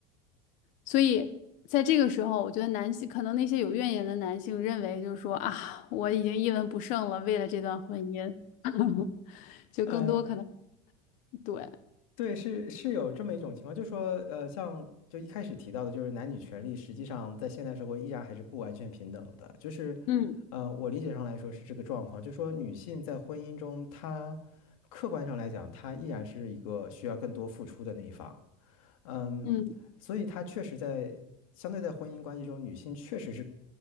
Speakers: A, on the left; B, on the left.
A: 所以在这个时候，我觉得男性可能那些有怨言的男性认为，就是说啊，我已经一文不剩了，为了这段婚姻，<laughs> 就更多可能
B: <laughs>
A: 对，
B: 对，是是有这么一种情况，就是说，呃，像就一开始提到的，就是男女权利实际上在现代社会依然还是不完全平等的。就是，
A: 嗯
B: 呃，我理解上来说是这个状况，就是说女性在婚姻中，她客观上来讲，她依然是一个需要更多付出的那一方。嗯，
A: 嗯
B: 所以她确实在相对在婚姻关系中，女性确实是